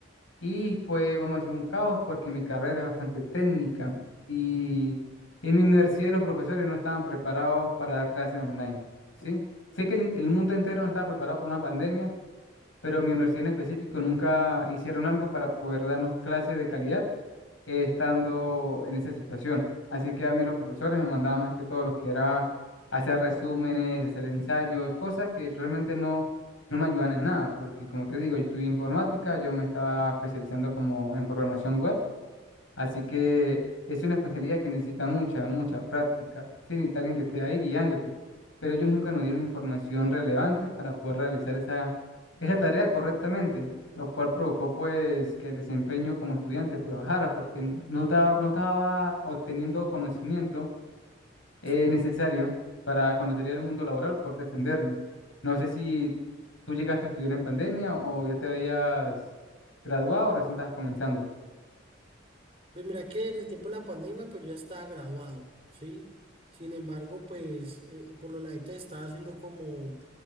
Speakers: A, on the left (about 80°); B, on the right (about 30°).
A: y fue, vamos a decir, un caos porque mi carrera es bastante técnica y en mi universidad los profesores no estaban preparados para dar clases online, sí. Sé que el, el mundo entero no estaba preparado para una pandemia, pero mi universidad en específico nunca hicieron algo para poder darnos clases de calidad eh, estando en esa situación. Así que a mí los profesores me mandaban más que todo lo que era hacer resúmenes, hacer ensayos, cosas que realmente no, no me ayudan en nada, porque como te digo, yo estudié informática, yo me estaba especializando como en programación web Así que
B: Sí.
A: es una especialidad que necesita mucha, mucha práctica. Sí, necesita alguien que esté ahí guiándote. Pero ellos nunca nos dieron información relevante para poder realizar esa, esa tarea correctamente, lo cual provocó pues que el desempeño como estudiante pues bajara porque no estaba, no estaba obteniendo conocimiento eh,
B: Sí.
A: necesario para cuando sería el mundo laboral por defenderme. No sé si tú llegaste a estudiar en pandemia o ya te habías graduado o recién estabas comenzando.
B: Pues mira que en el tiempo de la pandemia pues yo ya estaba graduado, ¿sí? Sin embargo, pues eh, por lo ladito estaba haciendo como